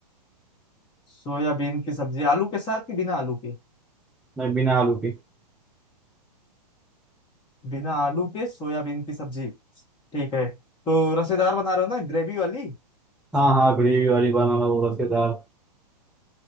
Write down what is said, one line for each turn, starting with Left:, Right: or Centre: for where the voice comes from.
Left: सोयाबीन की सब्जी आलू के साथ कि बिना आलू के
Centre: मैं बिना आलू के
Left: बिना आलू के सोयाबीन की सब्जी ठीक है तो रसेदार बना रहे हो ना ग्रेवी वाली
Centre: हाँ हाँ ग्रेवी वाली बनाना बोला के दाल